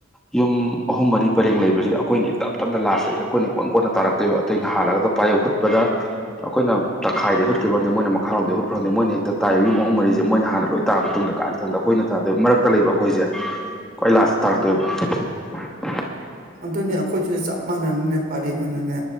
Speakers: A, in the centre; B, on the right (about 50°).
A: ꯌꯨꯝ ꯑꯍꯨꯝ ꯃꯔꯤ ꯄꯔꯦꯡ ꯂꯩꯕꯁꯤꯗ ꯑꯩꯈꯣꯏꯅ ꯇꯞ ꯇꯞꯅ ꯂꯥꯁꯆꯩ ꯑꯩꯈꯣꯏꯅ ꯀꯣꯟ ꯀꯣꯟꯅ ꯇꯥꯔꯛꯇꯣꯏꯕ ꯑꯇꯩ ꯅ ꯍꯥꯜꯂꯒ ꯄꯥꯏ ꯌꯧꯨꯠꯄꯗ ꯑꯩꯈꯣꯏꯅ ꯇꯪꯈꯥꯏꯗꯩ ꯍꯨꯠꯈ꯭ꯔꯝꯅꯦ ꯃꯣꯏꯅ ꯃꯈꯥꯔꯣꯝꯗꯩ ꯍꯨꯠꯈ꯭ꯔꯕꯝꯅꯤ ꯃꯣꯏꯅ ꯍꯦꯛꯇ ꯇꯥꯏꯑꯕ ꯌꯨꯝ ꯑꯍꯨꯝ ꯃꯔꯤꯁꯦ ꯃꯣꯏꯅ ꯍꯥꯟꯅ ꯂꯣꯏ ꯇꯥꯔ ꯃꯇꯨꯡꯗ ꯀꯥꯟꯪꯗ ꯑꯩꯈꯣꯏꯅ ꯇꯥꯗꯣꯏ ꯃꯔꯛꯇ ꯂꯩꯕ ꯑꯩꯈꯣꯏꯁꯦ ꯑꯩ ꯂꯥꯁꯇ ꯇꯥꯔꯛꯇꯣꯏꯕ
B: ꯑꯗꯨꯅꯤ ꯑꯩꯈꯣꯏꯁꯨꯁꯨ ꯆꯞ ꯃꯥꯟꯅꯅꯅꯦ ꯄꯔꯦꯡ ꯑꯣꯏꯅꯅꯦ